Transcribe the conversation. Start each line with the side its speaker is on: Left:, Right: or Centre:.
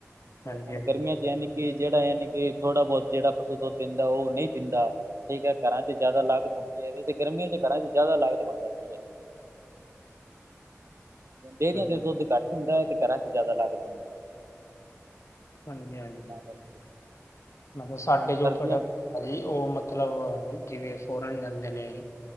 Left: ਹਾਂਜੀ
Right: ਹੁਣ
Left: ਹਾਂਜੀ
Right: ਗਰਮੀਆਂ'ਚ ਯਾਨੀ ਕਿ ਜਿਹੜਾ, ਯਾਨੀ ਕਿ ਥੋੜਾ-ਬਹੁਤ ਜਿਹੜਾ ਪਸੂ ਦੁੱਧ ਦਿੰਦਾ, ਉਹ ਨਹੀਂ ਦਿੰਦਾ ਠੀਕ ਹੈ, ਘਰਾਂ'ਚ ਜ਼ਿਆਦਾ ਲਾਗਤ ਹੁੰਦੀ ਹੈ, ਵੈਸੇ ਗਰਮੀਆਂ'ਚ ਘਰਾਂ'ਚ ਜ਼ਿਆਦਾ ਲਾਗਤ ਬਣ ਜਾਂਦੀ ਹੈ। ਡੇਅਰੀਆਂ
Left: ਹਾਂਜੀ
Right: ਤੇ ਦੁੱਧ ਘੱਟ ਹੁੰਦਾ, ਤੇ ਘਰਾਂ'ਚ ਜ਼ਿਆਦਾ ਲਾਗਤ ਹੁੰਦੀ ਹੈ।
Left: ਹਾਂਜੀ-ਹਾਂਜੀ,
Right: ਤਾਂ ਕਰਕੇ।
Left: ਮਤਲਬ ਸਾਡੇ ਜੋ
Right: ਸਰਦੀਆਂ
Left: ਪ੍ਰੋਡਕਟ ਭਾਜੀ, ਉਹ ਮਤਲਬ ਜਿਵੇਂ ਫੋਰਨ ਜਾਂਦੇ ਨੇ